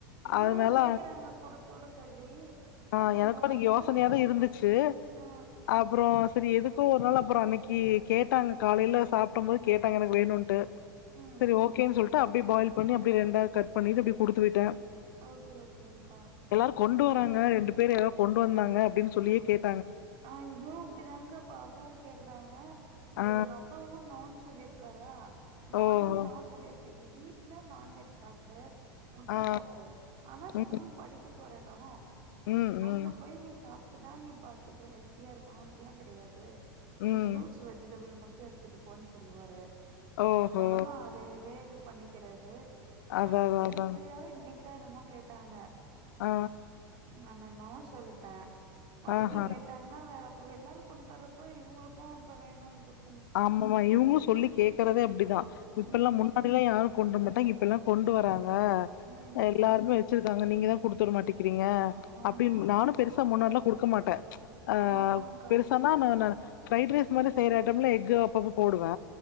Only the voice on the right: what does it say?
இவங்களு
கேக்குறாங்க குடுத்துட சொ சொல்லி
அப்றோ
இவங்க
அப்பா
ஆ
ம்
ஓகே ஓகேங்க்கா
ஆ இதுவு அப்படிதான்கா பாப்பாவு கேக்குறாங்க அப்புறோ
இவங்க அப்பாவாவும்ண்ணோன்னு சொல்லியிருக்காரா நானு
நோ சொல்லி இருக்கே நீ வீட்ல நா ன்வெஜ் சாப்பிட முட்ட
சாப்பிடுவே ஆனா ஸ்கூல்
படிக்க போராட்டோ
அங்க
போய் நீ சாப் அதானி நீப்பாத் த்துக்கு ஹெல்த்தியா இருக்குன்னுட் கெடையாது நீ
ஃப்ரூட்ஸ் வெஜிடெபுள் மட் விட்டு எடுத்துட்டு போன்னு சொல்லுவாரு
நானு அதயவே இதுப் பண்ணிக்கிறது
அன்னைக்கு
நேத்து
அ இன்னைக் க்க என்னமோ கேட்டாங்க
நான நோ சொல்ட்டே மறுபடியு
கேட்டாங்கன்னா வேறப் பிறவு எல்லாருக் கொண்டு வறப்போ இவுங்களுக்கு அப்பறம் வேணுன்று இருக்
ம்
ம்
ம்
ஆமா
ஆமா ஆமாங்க்கா